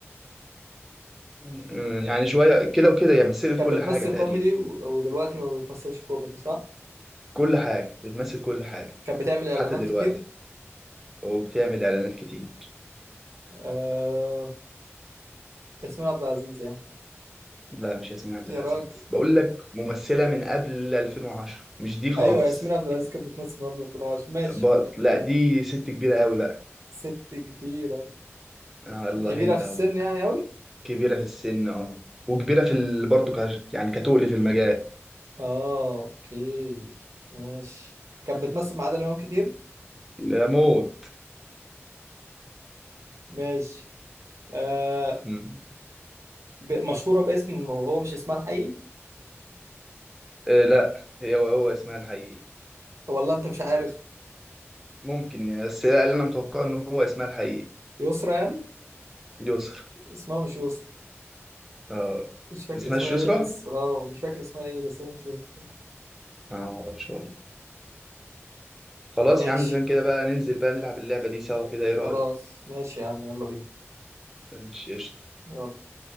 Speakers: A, in the centre; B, on the right.
A: مم، يعني شوية كده وكده هي مثلت
B: كانت
A: كل
B: بتمثل
A: حاجة تقريبا
B: كوميدي و- ودلوقتي ما بتمثلش كوميدي صح؟
A: كل حاجة بتمثل كل حاجة
B: كانت بتعمل اعلانات
A: حتى دلوقتي
B: كتير
A: وبتعمل إعلانات كتير
B: آه... ياسمين عبد العزيز يعني
A: لا مش ياسمين عبد
B: يا
A: العزيز
B: راجل
A: بقول لك ممثلة من قبل 2010 مش دي خالص
B: ايوه ياسمين عبد العزيز كانت بتمثل قبل كنا عاش ماشي
A: ب- لا دي ست كبيرة قوي بقى
B: ست كبيرة
A: آه الله
B: كبيرة
A: انت
B: في السن
A: اهو
B: يعني قوي
A: كبيرة في السن اهو وكبيرة في ال... برضه ك... يعني كتقل في المجال
B: اه اوكي ماشي كانت بتمثل مع عادل امام كتير
A: لا موت
B: ماشي آه...
A: <laughs>
B: ب... مشهورة باسم وهو مش اسمها الحقيقي
A: آه، لا هي هو, هو اسمها الحقيقي
B: ولا انت مش عارف
A: ممكن يعني بس هي اللي انا متوقعه ان هو اسمها الحقيقي
B: يسرا يعني
A: يسرا
B: اسمها مش يسرا
A: اه
B: مش فاكر
A: ما اسمهاش
B: اسمها
A: يسرا
B: ايه بس اه مش فاكر اسمها ايه بس هي مش يسرا
A: ما اعرفش والله خلاص
B: ماشي
A: يا عم زمان كده بقى ننزل بقى نلعب اللعبة دي سوا كده ايه رأيك
B: خلاص ماشي يا عم يلا بينا
A: ماشي قشطة
B: يلا